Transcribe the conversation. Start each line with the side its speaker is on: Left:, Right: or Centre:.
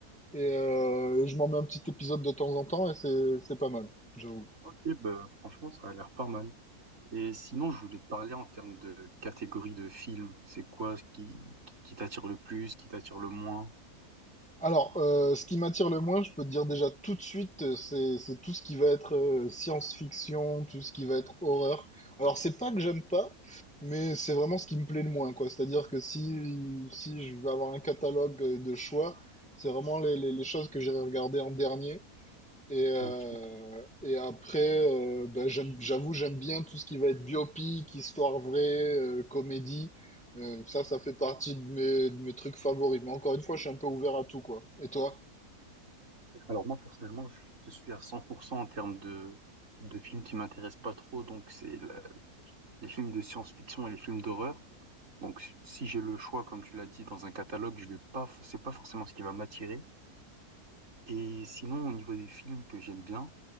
Centre: et euh, je m'en mets un petit épisode de temps en temps et c'est, c'est pas mal, j'avoue.
Right: Ok, bah, franchement, ça a l'air pas mal. Et sinon, je voulais te parler en termes de catégorie de films. C'est quoi ce qui, qui, qui t'attire le plus, qui t'attire le moins?
Centre: Alors, euh, ce qui m'attire le moins, je peux te dire déjà tout de suite, euh, c'est c'est tout ce qui va être euh, science-fiction, tout ce qui va être horreur. Alors, c'est pas que j'aime pas, mais c'est vraiment ce qui me plaît le moins, quoi. C'est-à-dire que si, si je vais avoir un catalogue euh, de choix, c'est vraiment les, les- les choses que j'irai regarder en dernier. Et, euh,
Right: Ok.
Centre: et après, euh, bah, j'aime- j'avoue, j'aime bien tout ce qui va être biopic, histoire vraie, euh, comédie. Euh, ça, ça fait partie de mes, de mes trucs favoris. Mais encore une fois, je suis un peu ouvert à tout, quoi. Et toi?
Right: Alors moi, personnellement, je te suis à 100% en termes de, de films qui m'intéressent pas trop, donc c'est la- les films de science-fiction et les films d'horreur. Donc, si j'ai le choix, comme tu l'as dit, dans un catalogue, je vais pas, c'est pas forcément ce qui va m'attirer. Et sinon, au niveau des films que j'aime bien,